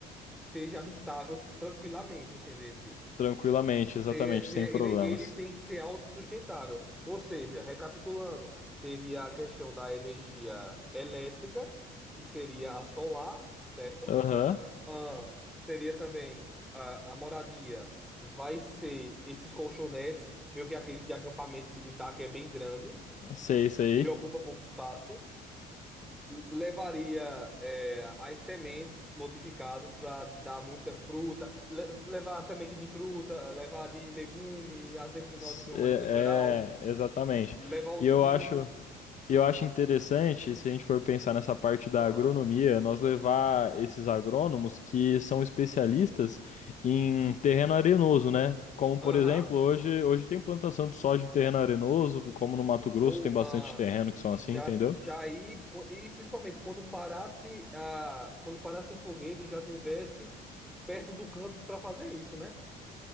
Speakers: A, in the centre; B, on the left.
A: seja habitável tranquilamente, entendesse?
B: Tranquilamente, exatamente,
A: Ter, se
B: sem
A: ele,
B: problemas.
A: ele tem que ser autossustentável. Ou seja, recapitulando, teria a questão da energia elétrica, que seria a solar, certo?
B: Aham,
A: Ah, seria também a, a moradia, vai ser esses colchonetes, meio que aqueles de acampamento militar que é bem grande
B: sei, sei.
A: e ocupa pouco espaço levaria é, as sementes modificadas para dar muita fruta, le- levar semente de fruta, levar de legume, as leguminosas
B: S-
A: de uma
B: É,
A: maneira geral,
B: é, exatamente.
A: levar os
B: E eu
A: pintos,
B: acho. E eu acho interessante, se a gente for pensar nessa parte da
A: ah,
B: agronomia, nós levar esses agrônomos que são especialistas em terreno arenoso, né? Como,
A: aham,
B: por exemplo, hoje, hoje tem plantação de soja em terreno arenoso, como no Mato Grosso
A: ou
B: tem bastante
A: ah,
B: terreno que são
A: já
B: assim, entendeu?
A: já ir co- e principalmente quando parasse a quando parasse o foguete já tivesse perto do canto para fazer isso, né?